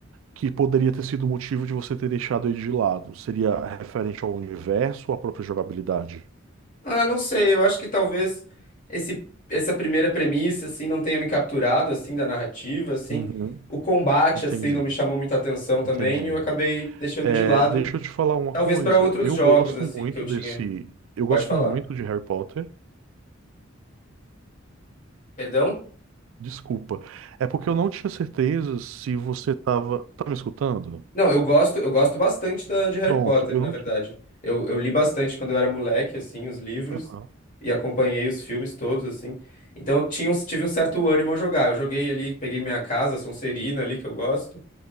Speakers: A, on the right (about 75°); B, on the left (about 40°).
A: que poderia ter sido o motivo de você ter deixado ele de lado? Seria referente ao universo ou à própria jogabilidade?
B: Ah, não sei, eu acho que talvez esse, essa primeira premissa, assim, não tenha me capturado, assim, da narrativa, assim.
A: Uhum,
B: O combate,
A: entendi,
B: assim, não me chamou muita atenção também,
A: entendi.
B: e eu acabei deixando
A: É,
B: de lado,
A: deixa eu te falar uma
B: talvez
A: coisa.
B: para outros
A: Eu
B: jogos,
A: gosto
B: assim,
A: muito
B: que eu tinha.
A: desse. Eu
B: Pode
A: gosto
B: falar.
A: muito de Harry Potter.
B: Perdão?
A: Desculpa. É porque eu não tinha certeza se você tava. Tá me escutando?
B: Não, eu gosto, eu gosto bastante da, de Harry
A: Pronto,
B: Potter,
A: eu
B: na
A: não
B: verdade.
A: tinha.
B: Eu, eu li bastante quando eu era moleque, assim, os livros,
A: Aham.
B: e acompanhei os filmes todos, assim. Então eu tinha, um- tive um certo ânimo a jogar. Eu joguei ali, peguei minha casa, Sonserina ali, que eu gosto.